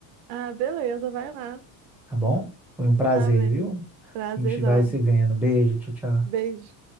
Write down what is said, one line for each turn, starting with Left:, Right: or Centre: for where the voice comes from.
Right: ah, beleza, vai lá.
Centre: tá bom? Foi um prazer,
Right: Tá bem.
Centre: viu?
Right: Prazerzão.
Centre: A gente vai se vendo. Beijo, tchau, tchau.
Right: Beijo.